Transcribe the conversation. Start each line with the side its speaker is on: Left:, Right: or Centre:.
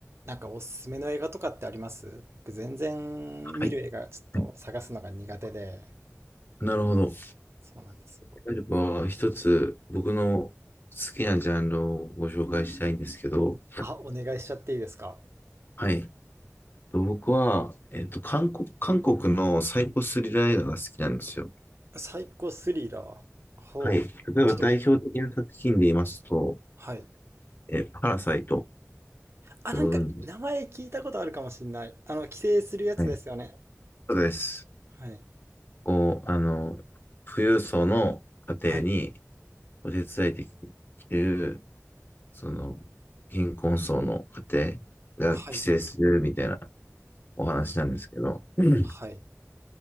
Right: なんかおすすめの映画とかってあります僕全然見る映画ちょっと探すのが苦手で、
Left: はいうんなるほど。で
Right: そうなんですよ。
Left: あれば、一つ僕の好きなジャンルをご紹介したいんですけど、
Right: あ、お願いしちゃっていいですか
Left: はい。と僕は、えっと、韓国、韓国のサイコスリラー映画が好きなんですよ。
Right: サイコスリラー。ほう。
Left: はい。例えば代表的な作品で言いますと、
Right: ちょっと、はい。
Left: え、パラサイトっ
Right: あ、
Left: てご存知です
Right: なんか名前聞いたことあるかもしんない。あの、規制するやつですよね。
Left: かはい。そうです。
Right: はい。
Left: こう、あの、富裕層の家庭に
Right: はい。
Left: お手伝いできる、その、貧困層の家庭が寄生するみたいな
Right: はい。
Left: お話なんですけど、うん
Right: はい。